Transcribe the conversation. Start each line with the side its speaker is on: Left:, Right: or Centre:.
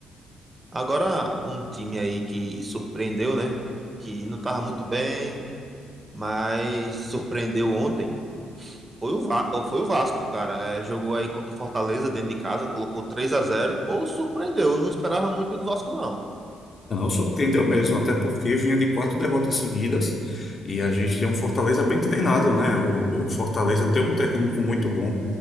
Right: Agora, um time aí que surpreendeu, né? Que não tava muito bem, mas surpreendeu ontem. Foi o, Va- foi o Vasco, cara. É, jogou aí contra o Fortaleza dentro de casa, colocou 3 a zero. Pô, surpreendeu. Eu Não esperava muito do Vasco, não.
Left: Não, surpreendeu mesmo, até porque vinha de quatro derrotas seguidas e a gente tem um Fortaleza bem treinado, né? O, o Fortaleza tem um técnico muito bom